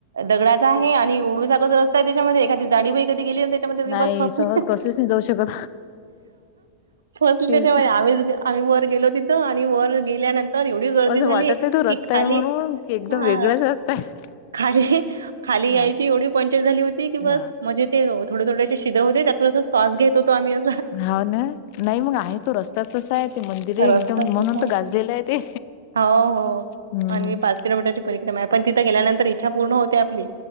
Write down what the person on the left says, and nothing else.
नाही
सहज कसेच नाही जाऊ शकत
तेच
ना
असं
वाटत नाही तो
रस्ता
आहे म्हणून की एकदम
वेगळाच रस्ता आहे
हा
हा.
हा ना नाई मंग आहे तो रस्तास तसाय ते मंदिरे
एकदम म्हणून
त गाजलेलंय ते.
हम्
हम.